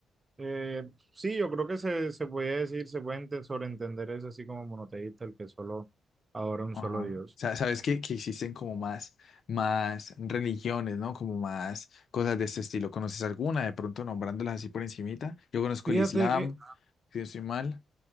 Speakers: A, on the right (about 25°); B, on the left (about 60°).
A: Eh, sí, yo creo que se, se puede decir, se puede ente- sobreentender eso así como monoteísta, el que solo adora un
B: Ajá.
A: solo Dios.
B: Sa- Sabes que, que existen como más, más religiones, ¿no? Como más cosas de este estilo. ¿Conoces alguna? De pronto nombrándolas así por encimita. Yo conozco
A: Fíjate
B: el Islam,
A: que,
B: si no estoy mal.